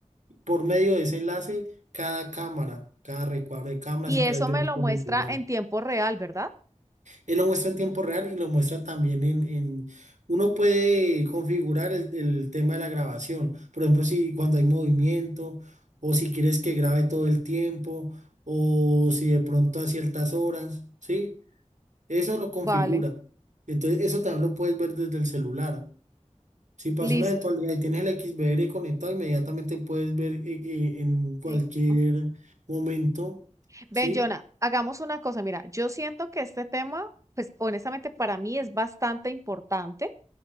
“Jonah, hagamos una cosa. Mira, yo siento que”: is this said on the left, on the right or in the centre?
Right